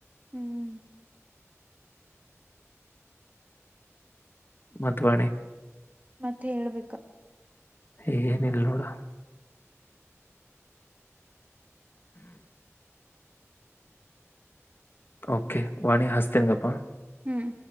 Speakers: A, on the right (about 30°); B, on the left (about 45°).
A: ಹ್ಮ್
B: ಮತ್ ವಾಣಿ
A: ಮತ್ತೆ ಹೇಳ್ಬೇಕ
B: ಏನಿಲ್ಲ ನೋಡ ಓಕೆ ವಾಣಿ ಹಸ್ತಂಗಪ್ಪ.
A: ಹ್ಮ್